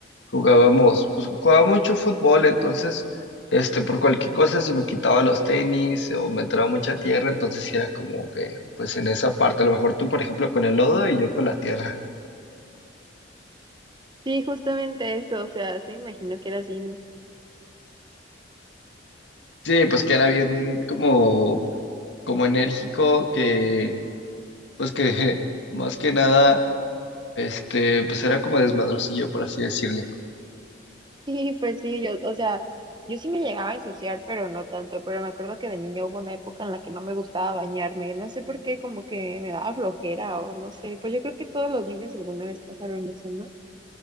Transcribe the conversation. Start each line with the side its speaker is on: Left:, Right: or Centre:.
Left: jugábamos, pues jugaba mucho fútbol, entonces, este, por cualquier cosa, si me quitaba los tenis o me entraba mucha tierra, entonces sí era como que, pues en esa parte, a lo mejor tú, por ejemplo, con el lodo y yo con la tierra.
Right: Sí, justamente eso, o sea, se imagino que era así. <laughs>
Left: Sí, pues que era bien como, como enérgico, que, pues que <laughs> más que nada, este, pues era como desmadrocillo, por así decirlo.
Right: Sí, pues sí, yo, o sea, yo sí me llegaba a ensuciar, pero no tanto, pero me acuerdo que de niña hubo una época en la que no me gustaba bañarme, no sé por qué, como que me daba flojera o no sé, pues yo creo que todos los niños alguna vez pasaron eso, ¿no?